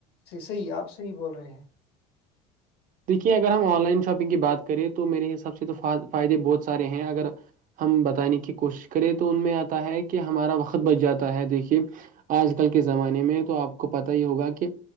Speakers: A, on the left; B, on the right.
A: صحیح آپ صحیح بول رہے ہیں
B: دیکھیے اگر ہم آن لائن شاپنگ کی بات کریں تو میرے حساب سے تو فائدے بہت سارے ہیں اگر ہم بتانے کی کوشش کریں تو ان میں آتا ہے کہ ہمارا وقت بچ جاتا ہے دیکھیے آج کل کے زمانے میں تو آپ کو پت ہی ہوگا کہ